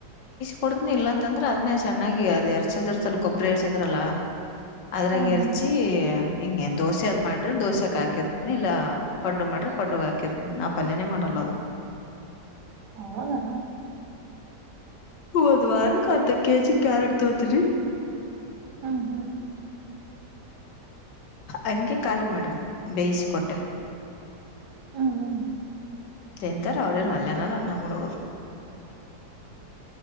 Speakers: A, on the left; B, on the right.
A: ಕೊಡ್ತನಿ ಇಲ್ಲ ಅಂತಂದ್ರೆ ಅದನ್ನೇ ಸಣ್ಣಾಗಿ ಅದು ಎರ್ಸಿದ್ರರು ಸ್ವಲ್ ಕೊಬ್ಬರು ಎರ್ಸಿದ್ರಲ್ಲ ಅದ್ರಗೆ
B: ಹಾ
A: ಎರಿಚಿ
B: ಹಾ
A: ಹಿಂಗೆ ದೋಸೆ ಅ್ ಮಾಡ್ರೆ ದೋಸೆಕ್ ಹಾಕಿರ್ತನಿ ಇಲ್ಲ ಪಡ್ಡು ಮಾಡ್ರಿ ಪಡ್ಡಗೆ ಹಾಕಿರ್ತನಿ ನಾವು ಪಲ್ಯನೇ ಮಾಡಲ್ಲದು
B: ಹದಾ
A: ಹದು ವಾರಕ್ಕೆ ಅರ್ಧ ಕೆಜಿ ಕ್ಯಾರೆಟ್ ತೋತರಿ
B: ಹ್ಮ್ ಹ್ಮ್
A: ಹಂಗೆ ಖಾಲಿ ಮಾಡುದು ಬೇಯಿಸಿಕೊಟ್ಟೆ
B: ಹ್ಮ್ ಹ್ಮ
A: ತಿಂತಾರ ಅವ್ರೇನ್ ಅಲ್ಲೇನಲ್ಲ ನಮ್ಮ ಹುಡುಗರು